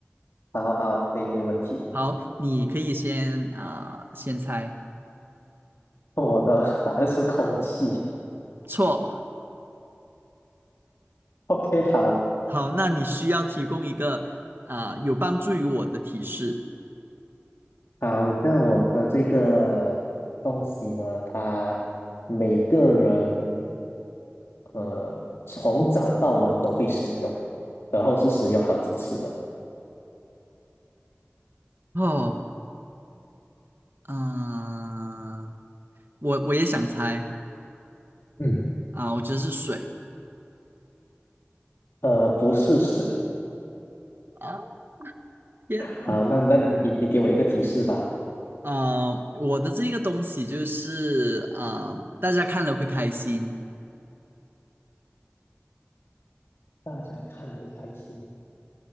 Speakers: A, on the left (about 85°); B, on the right (about 55°).
A: 好好，可以，没有问题。
B: 好，你可以先啊、先猜
A: 我的答案是空气。
B: 错。
A: OK，好。
B: 好，那你需要提供一个啊、有帮助于我的提示
A: 好，那我的这个东西呢，它每个人呃从早到晚都会使用，然后是使用好几次的。
B: 哦。嗯、我我也想猜
A: 嗯，
B: 啊，我觉得是水。
A: 呃，不是水。
B: 啊，<laughs> 天，
A: 好，那那你你给我一个提示吧。
B: 呃，我的这个东西就是啊大家看了会开心。
A: 大家看会开心。